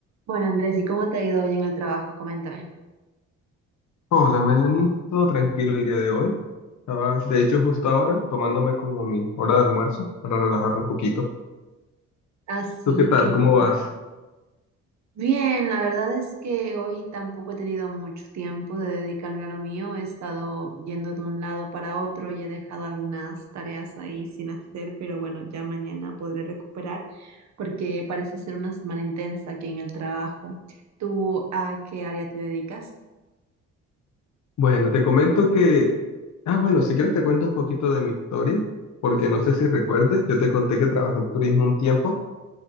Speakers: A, on the right; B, on the left.
A: Bueno, Andrés, ¿y cómo te ha ido hoy en el trabajo? Coméntame.
B: Hola Melanie, todo tranquilo el día de hoy. Estaba, de hecho, justo ahora tomándome como mi hora de almuerzo para relajarme un poquito.
A: Así
B: ¿Tú qué tal?
A: que
B: ¿Cómo
A: bueno.
B: vas?
A: bien, la verdad es que hoy tampoco he tenido mucho tiempo de dedicarme a lo mío. He estado yendo de un lado para otro y he dejado algunas tareas ahí sin hacer, pero bueno, ya mañana podré recuperar porque parece ser una semana intensa aquí en el trabajo. ¿Tú a qué área te dedicas?
B: Bueno, te comento que... Ah, bueno, si quieres te cuento un poquito de mi historia, porque
A: Ujú.
B: no sé si recuerdes, yo te conté que trabajé en turismo un tiempo,